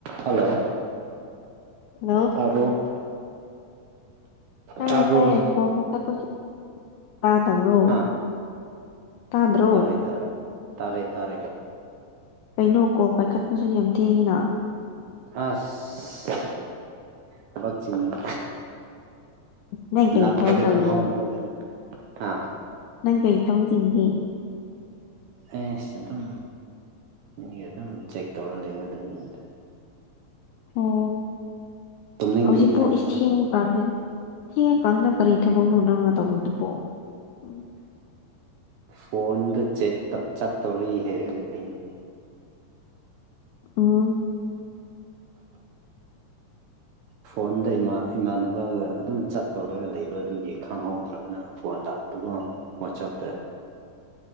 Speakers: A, on the right; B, on the left.
A: Hello
B: hello
A: ꯇꯥꯕ꯭ꯔꯣ
B: ꯇꯥꯏꯌꯦ
A: ꯇꯥꯕ꯭ꯔꯣ
B: ꯇꯥꯏꯌꯦ ꯀꯣꯜ ꯀꯛꯊꯠꯄꯁꯨ ꯇꯥꯗꯕ꯭ꯔꯣ
A: ꯍꯥ
B: ꯇꯥꯗ꯭ꯔꯣ
A: ꯇꯥꯔꯦ ꯇꯥꯔꯦ ꯇꯥꯔꯦ ꯇꯥꯔꯦ
B: ꯀꯩꯅꯣ ꯀꯣꯜ ꯄꯥꯏꯈꯠꯄꯁꯨ ꯌꯥꯝ ꯊꯦꯡꯉꯤꯅꯥ
A: ꯑꯁ ꯊꯕꯛ ꯆꯤꯟꯕ
B: ꯅꯪ ꯀꯔꯤ
A: ꯂꯥꯛꯄꯗ
B: ꯊꯕꯛ ꯇꯧꯒꯦ
A: ꯈꯪꯍꯧꯗꯕ ꯑꯗꯨꯒꯤ ꯍꯥ
B: ꯅꯪ ꯀꯩ ꯊꯕꯛ ꯆꯤꯟꯒꯦ
A: ꯑꯩꯁ ꯑꯗꯨꯝ ꯃꯤꯒꯤ ꯑꯗꯨꯝ ꯆꯦꯛ ꯇꯧꯔ ꯂꯩꯕ ꯑꯗꯨꯒꯤꯅꯤꯗ
B: ꯑꯣ
A: ꯇꯨꯝꯅꯤꯡꯗ꯭ꯔꯤꯕꯣ
B: ꯍꯧꯖꯤꯛꯄꯨ ꯏꯁ ꯊꯦꯡꯉ ꯀꯥꯟꯖꯤ ꯊꯦꯡꯉꯀꯥꯟꯅ ꯀꯔꯤ ꯊꯕꯛꯅꯣ ꯅꯪꯅ ꯇꯧꯔꯤꯗꯨꯕꯣ ꯎꯝ
A: ꯐꯣꯟꯗ ꯆꯦꯠꯇ ꯆꯠꯇꯧꯔꯤꯑꯦ ꯍꯥꯏꯔꯒ ꯀꯩꯅꯣ
B: ꯑꯝ
A: ꯐꯣꯟꯗ ꯏꯃ ꯏꯃꯥꯟꯅꯕꯒ ꯑꯗꯨꯝ ꯆꯠ ꯇꯧꯔꯒ ꯂꯩꯕ ꯑꯗꯨꯒꯤ ꯈꯪꯍꯧꯗ꯭ꯔꯕ ꯅꯪ ꯐꯣꯟ ꯂꯥꯛꯄꯗꯨꯀꯣ ꯋꯥꯆꯞꯇ